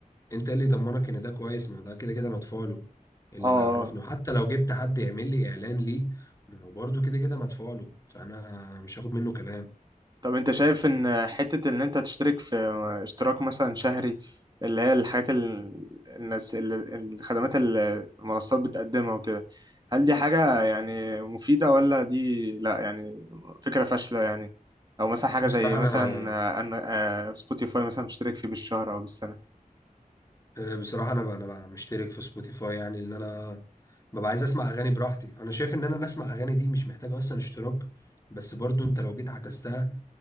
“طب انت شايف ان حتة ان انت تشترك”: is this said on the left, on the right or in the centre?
Right